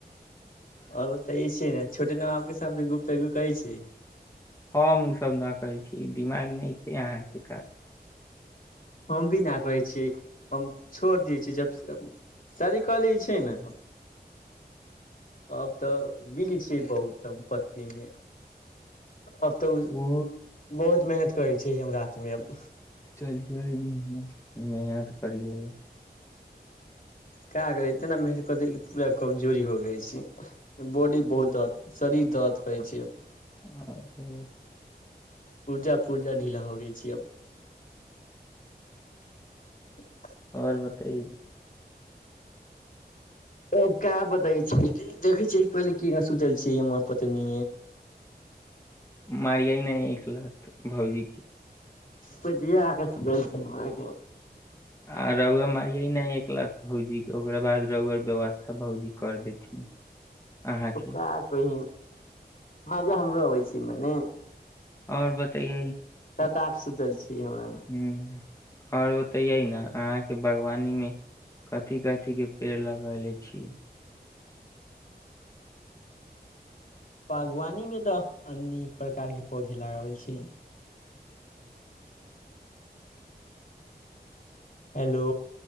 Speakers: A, on the left (about 55°); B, on the left (about 20°).
A: आओ बताै छी ने छोटे न बाप के साथ गुप तुप कहै छीियै
B: हम ओसभ न करै छी दिमाग नहि छै अहाँके तऽ
A: हम भी नहि कहै छीय हम छोड़ि दै छियै जब शादी कहलै छै ने आब तऽ बज छियै बहुत हम पत्नीमे अब तऽ
B: ओ
A: बहुत मेहनत करै छै छै हमरा हाथमेब
B: चलििय पड़िआ य
A: क करै इतना मेहनत करतै कि पूरा कमजोरी हो गइ छै बॉडी बहुत जाात शरीर दऽद कहै छै
B: आरगू
A: पूर्जा पूर्जा ढीला हो गई छी अब <unintelligible>
B: आओर बताइ
A: त क्य बतै छै देखै छै पहिले क सुतल छ हमरा पतनी
B: मारिया ह नहि एक लथ भउजी की
A: पल आग सुल छैरा
B: आ रव अ मार यइ नहि एक लाख भूजी ओकरा बाद रर व्यवस्था भौजी कर देथिन अहाँके
A: त क कही हँ जा हमरो अबै छी मने
B: आओर बतैय
A: पटाक सुचल छी हमरा मे
B: ह आओर बतऽयै ने अहाँके बागवानी मे कथी कथीक के पेड़ लगले छी
A: बागवानी मे तऽ अनेक प्रकार के पौधे लगाबै छी हेलो